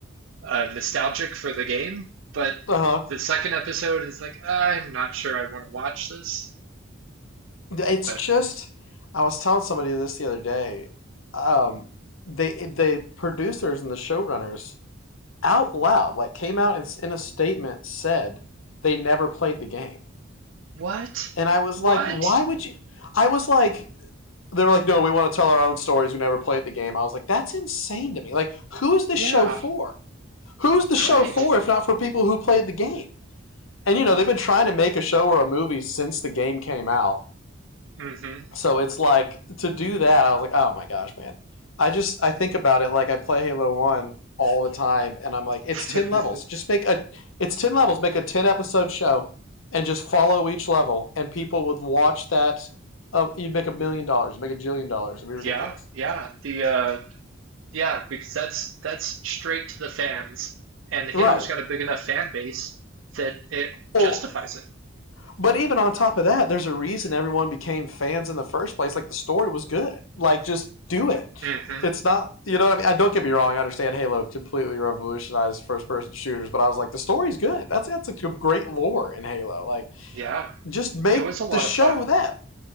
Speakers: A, on the right; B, on the left.
A: uh, nostalgic for the game, but
B: <laughs> uh huh.
A: the second episode is like I'm not sure I want to watch this.
B: It's
A: But
B: just, I was telling somebody this the other day. Um, they the producers and the showrunners out loud like came out and s- in a statement said they never played the game,
A: what?
B: and I was
A: What?
B: like, why would you? I was like, they were like, no, we want to tell our own stories. We never played the game. I was like, that's insane to me. Like, who is this
A: Yeah,
B: show for? Who's the show
A: right.
B: for if not for people who played the game? And you know, they've been trying to make a show or a movie since the game came out
A: hmm
B: So it's like to do that, I was like, oh my gosh, man. I just I think about it like I play Halo One all the time, and I'm like, it's
A: <laughs>
B: ten levels. Just make a it's ten levels. Make a ten episode show, and just follow each level, and people would watch that. Uh, you'd make a million dollars, make a jillion dollars. It'd be ridiculous,
A: yeah, yeah. The uh, Yeah, because that's that's straight to the fans, and Halo's
B: right?
A: got a big enough fan base that it
B: Well,
A: justifies
B: But even on top of that, there's a reason everyone became fans in the first place. Like the story was good. Like just do it.
A: it. hmm
B: It's not, you know what I mean? I don't get me wrong. I understand Halo completely revolutionized first person shooters, but I was like, the story's good. That's that's a great lore in Halo. Like
A: Yeah,
B: just make
A: it was a lot
B: the show
A: of fun.
B: that.